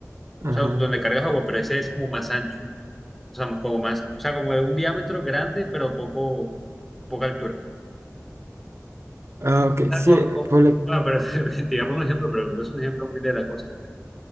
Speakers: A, on the right; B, in the centre.
A: ajá.
B: o sea, donde cargas agua, pero ese es como más ancho. O sea, como más, o sea, como de un diámetro grande, pero poco, poca altura.
A: Ah, ok,
B: Ah,
A: sí,
B: co- co-
A: ponle,
B: Bueno, pero <laughs> te iba a poner un ejemplo, pero es un ejemplo muy de la costa.